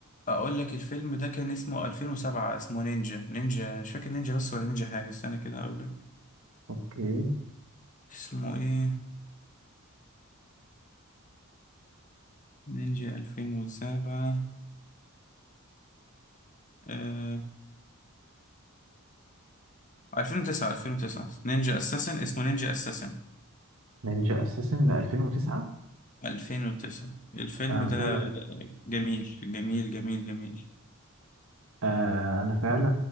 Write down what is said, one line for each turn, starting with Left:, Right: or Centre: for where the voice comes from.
Left: اقول لك الفيلم ده كان اسمه 2007 اسمه نينجا نينجا مش فاكر نينجا بس ولا نينجا حاجة استنى كده اقول لك
Right: اوكي
Left: اسمه ايه نينجا 2007 آه... 2009 2009 نينجا اساسن اسمه نينجا اساسن
Right: نينجا اساسن ده 2009
Left: 2009 الفيلم
Right: انا
Left: ده
Right: فعلا
Left: جميل جميل جميل جميل
Right: آه انا فعلا